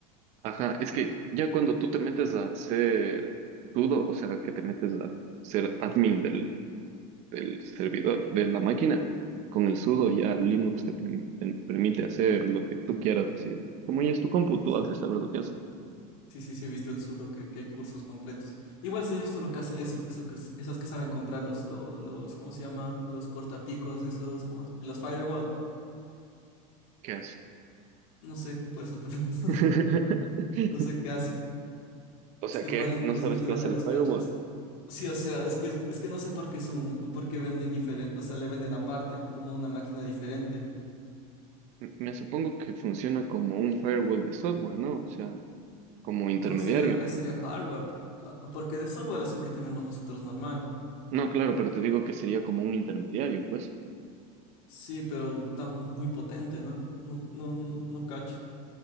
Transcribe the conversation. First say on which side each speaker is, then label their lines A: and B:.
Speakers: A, on the right (about 40°); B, on the left (about 60°).
A: ajá. Es que ya cuando tú te metes a ser sudo, o sea, que te metes a ser admin del del servidor, de la máquina, con el sudo ya Linux te, permi- te permite hacer lo que tú quieras, así. Como ya es tu compu,
B: Sí,
A: tú
B: sí.
A: has de saber lo que hace.
B: Sí, sí, sí, he visto el sudo, que, que hay cursos completos. Igual sí he visto lo que hace, eso, eso que, es- esos que saben comprar los, los, los, ¿cómo se llama? Los cortapicos, esos, como los firewall,
A: ¿Qué hace?
B: no sé, por eso te <laughs> pregunto.
A: <laughs>
B: No sé qué hace.
A: O
B: Es
A: sea
B: que
A: que
B: valen
A: no
B: tres
A: sabes
B: mil
A: qué
B: dólares,
A: hace el firewall.
B: ¿cachas? Sí, o sea, es que, es que no sé por qué, es un, por qué venden diferente, o sea, le venden aparte, como una máquina diferente.
A: M- Me supongo que funciona como un firewall de software, ¿no? O sea, como intermediario.
B: No, sería, ahí sería hardware, ja- porque de software es el que tenemos nosotros normal.
A: No, claro, pero te digo que sería como un intermediario, pues.
B: Sí, pero está muy potente, ¿no? No, no, no cacho.